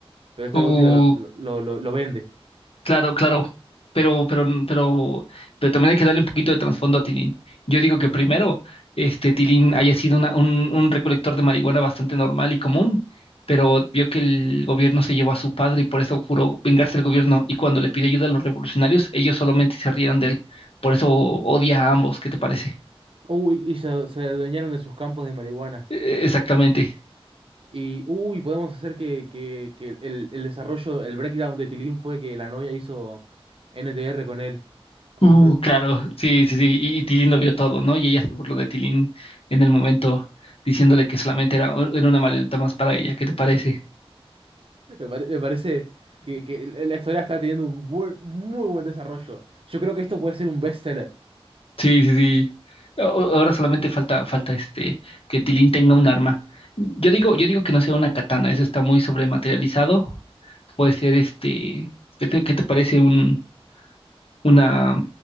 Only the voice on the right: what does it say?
Pero esta
gótica lo, lo, lo- lo vende.
Uy, y se, se adueñaron de sus campos de marihuana.
Y, uy, podemos hacer que, que- que el, el desarrollo, el breakdown de Tilín fue que la novia hizo NTR con él. Con
un, re-
me, pare- me parece que, que el- la historia está teniendo un buen- muy buen desarrollo. Yo creo que esto puede ser un bestseller.